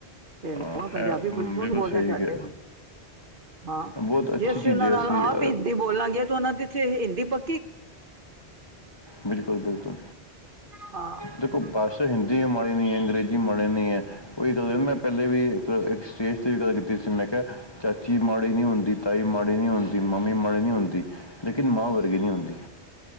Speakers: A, on the right (about 55°); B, on the left (about 25°).
A: ਤੇ
B: ਹਾਂ,
A: ਹੁਣ ਪੰਜਾਬੀ
B: ਇਹ ਹਮ,
A: ਬੜੀ ਸੋਣੀ
B: ਬਿਲਕੁਲ
A: ਬੋਲਦੇ
B: ਸਹੀ
A: ਸਾਡੇ
B: ਕਿ
A: ਵੀ। ਹਾਂ,
B: ਬਹੁਤ ਅੱਛੀ
A: ਜੇ ਅਸੀਂ
B: ਚੀਜ਼
A: ਓਨਾਂ
B: ਹੈ
A: ਨਾਲ ਆਪ
B: ਜੇ ਅ,
A: ਈ ਹਿੰਦੀ ਬੋਲਾਂਗੇ ਤੇ ਓਨਾਂ ਤੇ ਹਿੰਦੀ ਪ
B: ਬਿਲਕੁਲ-ਬਿਲਕੁਲ।
A: ਹਾਂ
B: ਦੇਖੋ ਬਾਸ ਹਿੰਦੀ ਏ ਮਾੜੀ ਨਈ ਐ, ਅੰਗਰੇਜ਼ੀ ਮਾੜੇ ਨਈ ਐ ਓਈ ਗੱਲ ਮੈਂ ਪੈਲੇ ਵੀ ਅ, ਏਕ ਸਟੇਜ ਤੇ ਵੀ ਗੱਲ ਕੀਤੀ ਸੀ ਮੈ ਕੇਆ ਚਾਚੀ ਮਾੜੀ ਨੀ ਹੁੰਦੀ, ਤਾਈ ਮਾੜੀ ਨੀ ਹੁੰਦੀ, ਮੰਮੀ ਮਾੜੀ ਨੀ ਹੁੰਦੀ ਲੇਕਿਨ ਮਾਂ ਵਰਗੀ ਨਈ ਹੁੰਦੀ।